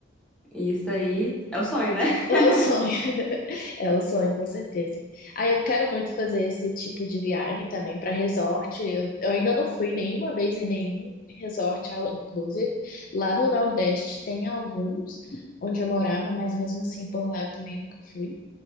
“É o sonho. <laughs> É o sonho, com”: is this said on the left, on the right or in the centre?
Left